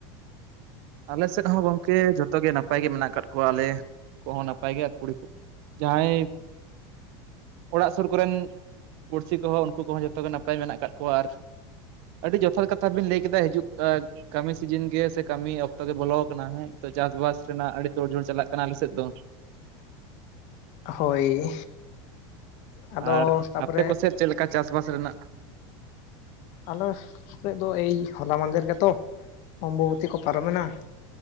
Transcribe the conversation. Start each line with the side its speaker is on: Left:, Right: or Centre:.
Right: ᱟᱞᱮ ᱥᱮᱫ ᱦᱚᱸ ᱜᱚᱝᱠᱮ ᱡᱚᱛᱚ ᱜᱮ ᱱᱟᱯᱟᱭ ᱜᱮ ᱢᱮᱱᱟᱜ ᱟᱠᱟᱜ ᱠᱚᱣᱟ ᱟᱞᱮ ᱠᱚᱦᱚᱸ ᱱᱟᱯᱟᱭ ᱜᱮ ᱠᱩᱲᱤ ᱠᱚᱼᱼ ᱡᱟᱦᱟᱸᱭᱼᱼ ᱚᱲᱟᱜ ᱥᱩᱨ ᱠᱚᱨᱮᱱ ᱯᱩᱲᱥᱤ ᱠᱚᱦᱚᱸ ᱩᱱᱠᱩ ᱠᱚᱦᱚᱸ ᱡᱚᱛᱚᱜᱮ ᱱᱟᱯᱟᱭ ᱢᱮᱱᱟᱜ ᱟᱠᱟᱫ ᱠᱚᱣᱟ ᱟᱨᱼᱼ ᱟᱹᱰᱤ ᱡᱚᱛᱷᱟᱛ ᱠᱟᱛᱷᱟ ᱵᱤᱱ ᱞᱟᱹᱭ ᱠᱮᱫᱟ ᱦᱤᱡᱩᱜ ᱠᱟᱹᱢᱤ ᱥᱤᱡᱤᱱ ᱜᱮ ᱥᱮ ᱠᱟᱹᱢᱤ ᱚᱼᱼ ᱚᱠᱛᱚ ᱜᱮ ᱵᱚᱞᱚ ᱟᱠᱟᱱᱟ ᱦᱮᱸ ᱱᱤᱛᱚᱜ ᱪᱟᱥᱵᱟᱥ ᱨᱮᱱᱟᱜ ᱟᱹᱰᱤ ᱛᱳᱲ-ᱡᱳᱲ ᱪᱟᱞᱟᱜ ᱠᱟᱱᱟ ᱟᱞᱮᱮᱥᱮᱫ ᱫᱚ ᱾
Left: ᱦᱳᱭ ᱟᱫᱚ
Right: ᱟᱨ
Left: ᱛᱟᱯᱚᱨᱮ
Right: ᱟᱯᱮ ᱠᱚᱥᱮᱫ ᱪᱮᱫ ᱞᱮᱠᱟ ᱪᱟᱥᱵᱟᱥ ᱨᱮᱱᱟᱜ?
Left: ᱟᱞᱮ ᱥᱮᱫ ᱫᱚ ᱮᱭ ᱦᱚᱞᱟ ᱢᱟᱸᱫᱷᱮᱨ ᱜᱮᱛᱚ ᱚᱢᱵᱚᱵᱚᱛᱤ ᱠᱚ ᱯᱟᱨᱚᱢᱮᱱᱟ ᱾